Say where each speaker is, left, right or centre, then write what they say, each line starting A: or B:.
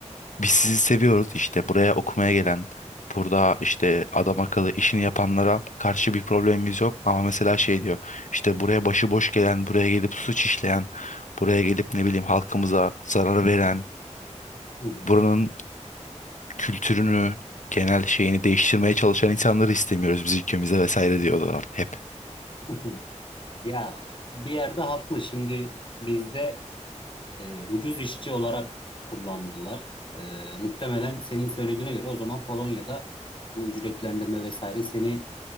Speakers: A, on the left (about 85°); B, on the left (about 40°).
A: Biz sizi seviyoruz işte buraya okumaya gelen, burada işte adam akıllı işini yapanlara karşı bir problemimiz yok. Ama mesela şey diyor işte buraya başıboş gelen, buraya gelip suç işleyen, buraya gelip ne bileyim halkımıza zarar veren,
B: Hı
A: buranın kültürünü, genel şeyini değiştirmeye çalışan insanları istemiyoruz biz ülkemize vesaire diyorlar hep.
B: hı. <laughs> Ya bir yerde haklı. Şimdi bizde e, ucuz işçi olarak kullandılar. E, muhtemelen senin söylediğine göre o zaman Polonya'da bu ücretlendirme vesaire seni